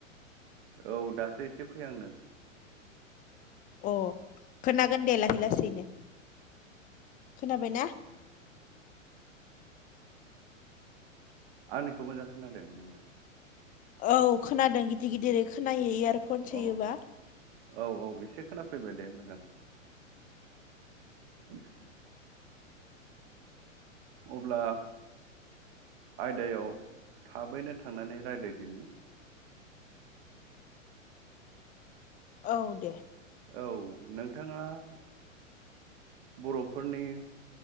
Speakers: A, on the right (about 50°); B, on the left (about 20°).
A: औ दासो एसे फैहांदों
B: अ खोनागोन दे लाहै लासैनो खोनाबाय ना
A: आंनिखौ मोजां खोनादों नोङो
B: औ खोनादों गिदिर गिदिर खोनायो इयार फन सोयोबा
A: अ औ औ एसे खोनाफैबाय दे मोजां <inaudible> अब्ला आयदायाव थाबैनो थांनानै रायलायदिनि
B: औ दे
A: औ नोंथाङा बरफोरनि